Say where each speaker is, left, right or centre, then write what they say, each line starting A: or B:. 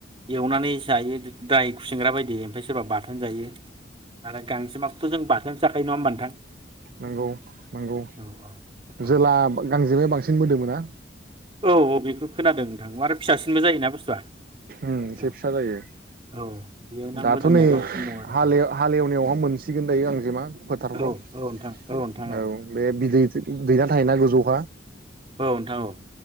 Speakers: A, on the right; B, on the right.
A: एवनानै जायो द्राय खुसिंग्रा बायदि ओमफाय सोरबा बाथ थोन जायो नाथाइ गांजेमाखौथ' जों बाथोनसो जाखायो नङा होनबा
B: नोंगौ नोंगौ
A: औ औ औ
B: जोला गांजेमाया बां सिन मोदोमो ना!
A: औ औ बेफोर खोनादों नोंथां आरो फिसासिनबो जायोना बुस्थुआ।
B: उम एसे
A: औ
B: फिसा जायो
A: औ बेयो ना
B: दाथ'
A: मोदोमनाया
B: नै
A: बांसिन दं आरो
B: हालेव हालेवनायावहा मोनसिगोन दायो गांजेमा फोथारफ्राव
A: औ औ नोंथां नोंथां
B: औ बे बि दैथो दैना थायोना गोजौ आवहा।
A: औ नोंथां औ।